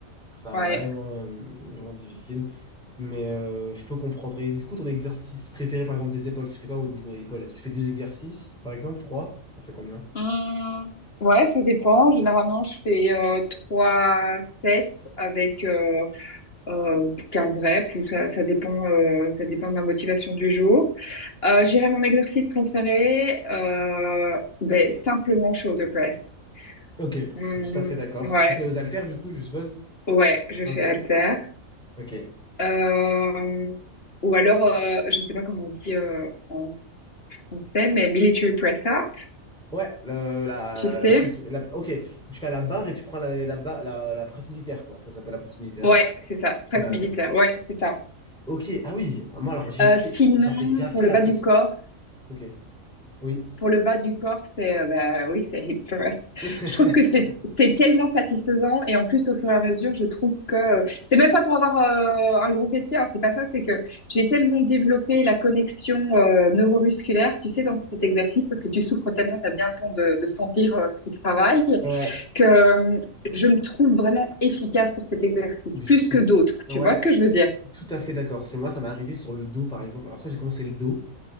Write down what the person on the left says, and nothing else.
Ouais.
Hum, ouais, ça dépend. Généralement, je fais euh, 3 sets avec euh, euh, 15 reps. Ou ça, ça dépend, euh, ça dépend de ma motivation du jour. Euh, j'irai mon exercice préféré, euh, ben, simplement shoulder press.
Hum,
ouais,
ouais, je
fais halter.
Euh, ou alors, euh, je sais pas comment on dit euh, en français, mais military press up,
tu sais?
Ouais, c'est ça, presse
militaire. Ouais, c'est ça.
Euh,
sinon,
pour le
bas
du corps,
pour le bas du corps, c'est euh, bah, oui, c'est hip thrust.
Je trouve que c'est c'est tellement satisfaisant et en plus au fur et à mesure, je trouve que euh, c'est même pas pour avoir euh, un gros fessier, hein, c'est pas ça, c'est que j'ai tellement développé la connexion euh, neuromusculaire, tu sais, dans cet exercice parce que tu souffres tellement, t'as bien le temps de, de sentir euh, ce qui travaille
que euh, je me trouve vraiment efficace sur cet exercice,
plus
que d'autres. Tu
vois ce que je
veux dire?